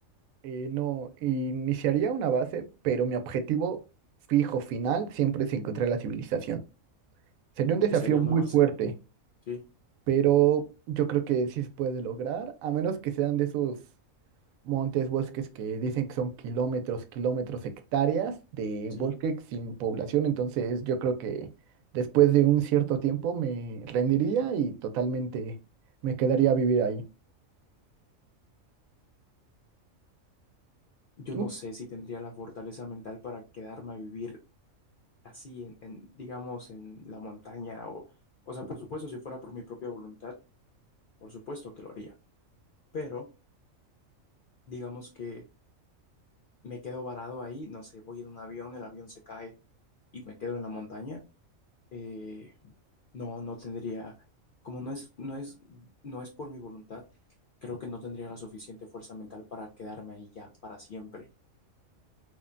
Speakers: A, on the right; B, on the left.
A: Eh, no, iniciaría una base, pero mi objetivo fijo final siempre es encontrar la civilización. Sería un desafío
B: Y sería
A: muy
B: una base,
A: fuerte,
B: sí,
A: pero yo creo que sí se puede lograr, a menos que sean de esos montes, bosques que dicen que son kilómetros, kilómetros, hectáreas de
B: sí.
A: bosque sin población. Entonces yo creo que después de un cierto tiempo me rendiría y totalmente me quedaría a vivir ahí.
B: Yo
A: ¿Tú?
B: no sé si tendría la fortaleza mental para quedarme a vivir así en, en, digamos, en la montaña o, o sea, por supuesto, si fuera por mi propia voluntad, por supuesto que lo haría, pero digamos que me quedo varado ahí, no sé, voy en un avión, el avión se cae y me quedo en la montaña, eh, no, no tendría, como no es, no es, no es por mi voluntad, creo que no tendría la suficiente fuerza mental para quedarme ahí ya para siempre.